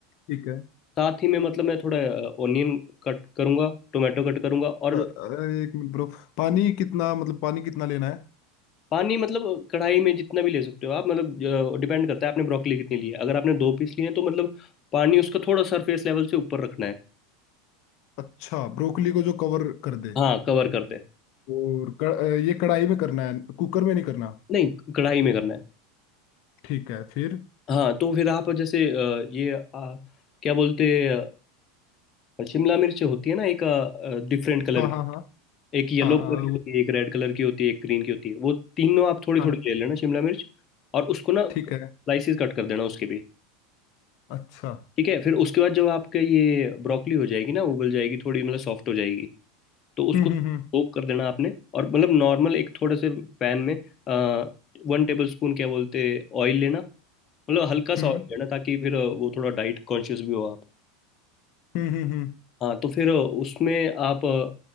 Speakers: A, on the left (about 55°); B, on the left (about 35°).
A: ठीक है
B: साथ ही में मतलब मैं थोड़ा ऑनियन कट करूंगा टोमेटो कट करूंगा और
A: अ- अरे एक मिनट ब्रो पानी कितना मतलब पानी कितना लेना है
B: पानी मतलब कढ़ाई में जितना भी ले सकते हो आप मतलब डिपेंड करता है आपने ब्रोकली कितनी ली है अगर आपने दो पीस लिए हैं तो मतलब पानी उसका थोड़ा सरफेस लेवल से ऊपर रखना है
A: अच्छा ब्रोकली को जो कवर कर दे
B: हाँ कवर कर दे
A: और क- अ, ये कढ़ाई में करना है कुकर में नहीं करना
B: नहीं कढ़ाई में करना है
A: ठीक है फिर
B: हाँ तो फिर आप जैसे अ, ये अ, क्या बोलते हैं अ, शिमला मिर्च होती है ना एक डिफरेंट कलर
A: हाँ
B: की
A: हाँ हाँ
B: एक येलो
A: हाँ
B: कलर
A: वो
B: की होती है एक रेड कलर की होती है एक ग्रीन की होती है वो तीनों आप थोड़ी
A: हाँ
B: थोड़ी ले लेना शिमला मिर्च और उसको ना
A: ठीक
B: स्लाइसिस
A: है
B: कट कर देना उसके भी
A: अच्छा
B: ठीक है फिर उसके बाद जब आपका ये ब्रोकली हो जाएगी ना उबल जाएगी थोड़ी मतलब सॉफ्ट हो जाएगी तो उसको
A: हम्म हम्म
B: सोक
A: हम्म
B: कर देना आपने और मतलब नॉर्मल एक थोड़े से पैन में आ, वन टेबल स्पून क्या बोलते ऑयल लेना मतलब हल्का सा
A: हम्म
B: ऑयल लेना ताकि फिर अ, वो थोड़ा डाइट कॉन्शियस भी हो आप
A: हम्म हम्म हम्म,
B: हाँ तो फिर उसमें आप अ,